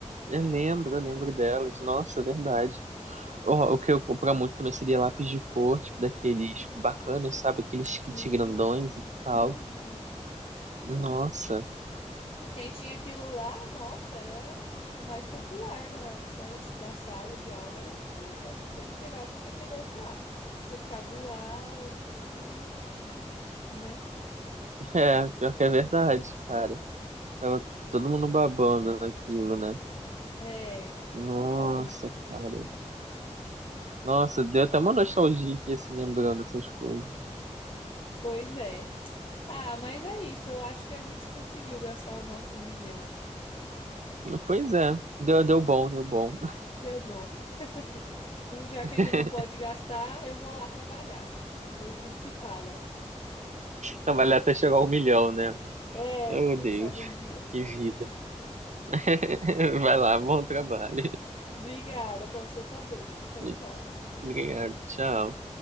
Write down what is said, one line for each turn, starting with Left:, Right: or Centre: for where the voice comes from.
Right: Eu lembro, eu lembro delas. Nossa, é verdade. O, o que eu comprar muito também seria lápis de cor, tipo, daqueles bacanas, sabe? Aqueles
Left: Sim.
Right: kit grandões e tal.
Left: Uhum.
Right: Nossa.
Left: Quem tinha aquilo lá, nossa, era o mais popular da, da, es- da sala de aula, era o- a pessoa que chegava com aquele negócio lá. Você ficava, uau, que diferente, né?
Right: <laughs> É, pior que é verdade, cara. Tava todo mundo babando naquilo, né?
Left: É,
Right: Nossa,
Left: exatamente.
Right: cara. Nossa, deu até uma nostalgia aqui, assim, lembrando dessas coisas.
Left: Pois é. Ah, mas é isso. Eu acho que a gente conseguiu gastar o nosso um milhão.
Right: Pois é, deu, deu bom, deu bom.
Left: Deu bom. <laughs> E já
Right: <laughs>
Left: que a gente não pode gastar, eu vou lá trabalhar. Depois a gente se fala.
Right: Trabalhar até chegar ao milhão, né?
Left: É,
Right: Meu
Left: quem
Right: Deus,
Left: sabe um dia.
Right: que vida. <laughs> Vai lá, bom trabalho.
Left: Obrigada para você também. Tchau,
Right: <laughs>
Left: tchau.
Right: Obrigado, tchau.